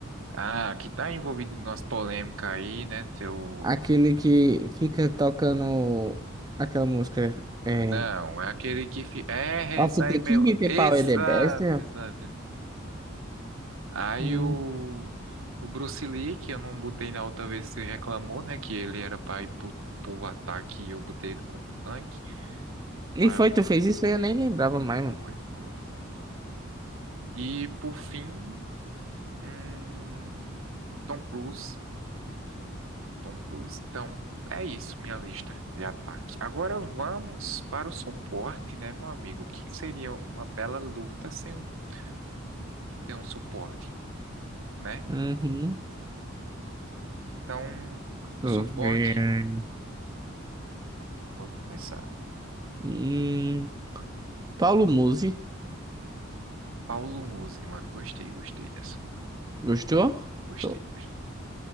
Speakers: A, on the right; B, on the right.
A: Ah, que tá envolvido em umas polêmicas aí, né? Seu...
B: Aquele que fica tocando aquela música, é...
A: Não, é aquele que... Fi... É,
B: Of
A: isso
B: the
A: aí mesmo.
B: King, The
A: Exato,
B: Power, The Best, né?
A: exato, exato. Aí
B: Hum.
A: o... O Bruce Lee, que eu não botei na outra vez que você reclamou, né? Que ele era pai pro, pro ataque e eu botei ele como tanque.
B: E
A: Mas
B: foi, tu fez isso aí, eu nem lembrava mais, mano.
A: Foi, foi, foi. E por fim, hum, Tom Cruise. Tom Cruise. Então, é isso, minha lista de ataque. Agora vamos para o suporte, né, meu amigo? O que que seria uma bela luta sem um, um- não ter um suporte, né?
B: Uhum.
A: Então,
B: Deixa
A: o suporte,
B: eu ver.
A: pode começar.
B: Hum. Paulo Musi,
A: Paulo Musi, mano, gostei, gostei da sua.
B: gostou?
A: Gostei,
B: Tô.
A: gostei.